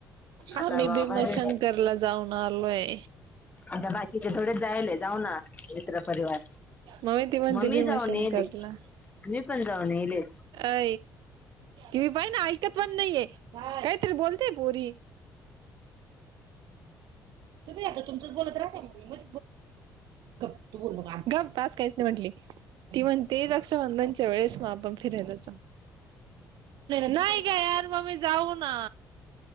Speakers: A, on the right (about 75°); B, on the left (about 20°).
A: आम्ही
B: आता बा
A: भीमशंकर
B: भारी
A: ला जाऊन आलोय
B: आता बाकीचे थोडेच जायल जाऊ ना मित्र परिवार
A: म् त म्हणती
B: मग मी
A: भीमशंकरला
B: जाऊन येले मी पण जाऊनेले
A: अ तिही पाय ना त पण नाहीे काहीतरी बोलते पोरी तुम्ही आता तुमच बोलत राहता म म बतू बोल पास काहीच नाही म्हट ती म्हणते रक्षाबंधन च्या वेळेस मग आपण फिरायलाच नाही काय यार म्ही जाऊ ना